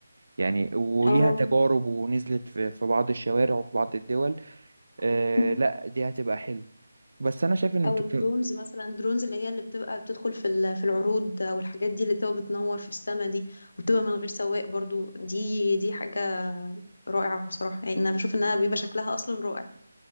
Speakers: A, on the right (about 80°); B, on the left (about 60°).
A: يعني وليها
B: اه
A: تجارب ونزلت في, في بعض الشوارع وفي بعض الدول آه،
B: مم.
A: لا دي هتبقى حلو بس انا شايف ان التكنولوجيا
B: او الدرونز مثلا الدرونز اللي هي اللي بتبقى بتدخل في ال- في العروض والحاجات دي اللي بتبقى بتنور في السما دي وبتبقى من غير سواق برضو دي دي حاجة رائعة بصراحة يعني انا بشوف انها بيبقى شكلها اصلا رائع